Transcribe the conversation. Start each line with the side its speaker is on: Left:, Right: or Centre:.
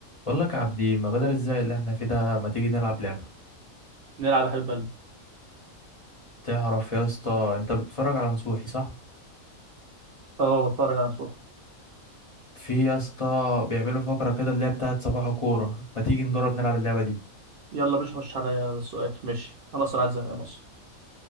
Left: بقول لك يا عبدي ما بدل ازاي اللي احنا فيه ده ما تيجي نلعب لعبة
Right: نلعب يا حبيب قلبي
Left: تعرف يا اسطى انت بتتفرج على نصوحي صح
Right: اه بتفرج على نصوحي
Left: في يا اسطى بيعملوا فقرة كده اللي هي بتاعت صباح كورة ما تيجي نجرب نلعب اللعبة دي
Right: يلا باش خش عليا بالسؤال ماشي انا اصلا قاعد زهقان اصلا